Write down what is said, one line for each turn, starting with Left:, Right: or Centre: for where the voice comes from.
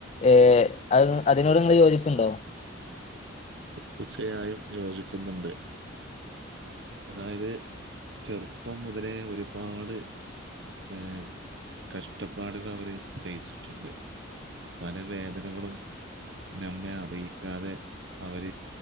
Left: ഏഹ് അ അതിനോട് നിങ്ങൾ യോജിക്ക്ണ്ടോ
Right: തീർച്ചയായും യോജിക്കുന്നുണ്ട് അതായത് ചെറുപ്പം മുതലേ ഒരുപാട് ഏഹ് കഷ്ടപ്പാടുകൾ അവര് സയിച്ചിട്ടുണ്ട് പല വേദനകളും നമ്മെ അറിയിക്കാതെ അവർ